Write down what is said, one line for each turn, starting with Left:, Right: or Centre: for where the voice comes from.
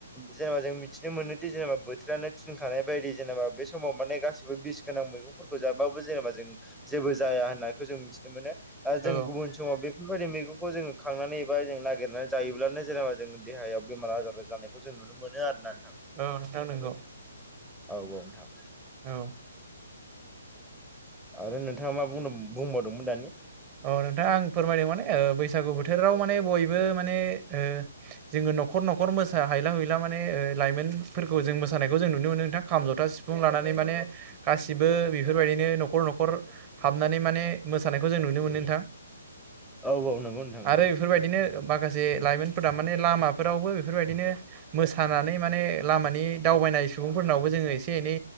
Centre: जेनेबा जों मिथिनो मोनोदि जेनेबा बोथोरानो थिनखानाय बायदि जेनेबा बे समाव माने गासिबो बिस गोनां मैगंफोरखौ जाबाबो जेनेबा जों जेबो जाया होननायखौ जों मिथिनो मोनो आरो
Right: औ
Centre: जों गुबुन समाव बे बेफोरबायदि मैगंखौ जोङो खांनानै एबा जों नागिरनानै जायोब्लानो जेनेबा जों देहायाव बेमार आजार जानायखौ जों नुनो मोनो आरोना
Right: औ नोंथां नंगौ
Centre: औ औ नोंथां
Right: औ
Centre: आरो नों
Right: अ नोंथां आं फोरमायदों माने ओ बैसागु बोथोराव माने बयबो माने ओ जोङो न'खर नखर मोसा हायला हुला माने ओ लाइमोनफोरखौ जों मोसानायखौ जों नुनो मोनो नोंथां खाम ज'था सिफुं ला माने माने गासिबो बेफोरबायदिनो न'खर न'खर हाबनानै माने मोसानायखौ जों नुनो मोन नुनो मोनो नोंथां
Centre: औ औ नंगौ नोंथां
Right: आरो
Centre: नंगौ
Right: बेफोरबायदिनो माखासे जे लाइमोनफोरा माने लामाफोरावबो बेफोरबायदिनो मोसानानै माने लामानि दावबायनाय सुबुंफोरनावबो जोङो एसे एनै